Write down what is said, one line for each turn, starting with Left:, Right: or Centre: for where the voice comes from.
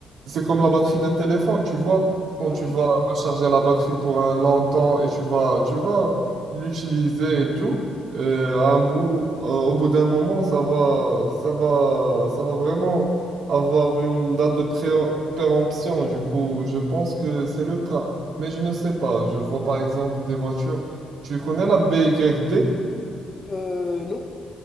Right: c'est comme la batterie d'un téléphone, tu vois. Quand
Left: Oui.
Right: tu vas recharger la batterie pour un long temps et tu vas, tu vas l'utiliser et tout, euh, à un bout, euh, au bout d'un moment, ça va, ça va, ça va vraiment avoir une date de pré- péremption. Du coup, je pense que c'est le cas. Mais je ne sais pas. Je vois par exemple des voitures. Tu connais la B Y D
Left: Euh, non,